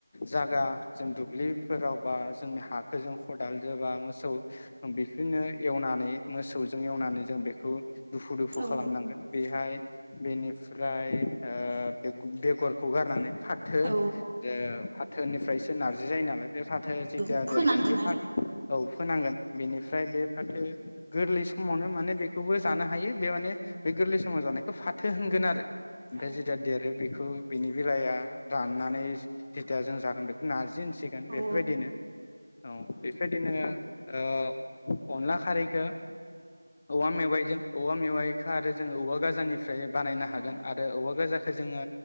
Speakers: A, on the left; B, on the right.
A: जागा जों दुब्लिफोराव बा जोंनि हाखोजों खदाल जोबा मोसौ बेफिननो एवनानै मोसौजों एवनानै जों बेखौ दुफु दुफु
B: औ
A: खालामनांगोन बेहाय बेनिफ्राय ओ बे बेगरखौ गारनानै फाथो उ
B: औ
A: फाथोनिफ्रायसो नारजि जायो नालाय बे फाथो
B: औ
A: जि
B: बेखौ
A: देरगोन
B: फोनांगोन
A: बे फाथ
B: आरो
A: औ फोनांगोन बेनिफ्राय बे फाथो गोरलै समावनो माने बे खौबो जानो हायो बे माने बे गोरलै समाव जानायखौ फाथो होनगोन आरो ओमफ्राय
B: औ
A: जेथिया देरो बेखौ बेनि बेलाया राननानै जेथियाजों जागोन बेखौ नारजि बिदि होनसिगोन
B: औ
A: बेफोरबायदिनो
B: औ
A: औ बेबायदिनो ओ अनला खारैखो औवा मेवाइजों औवा मेवाइखो आरो जोङो औवा गाजाननि फ्रायनो बानायनो हागोन
B: औ
A: आरो औवा गाजा जोङो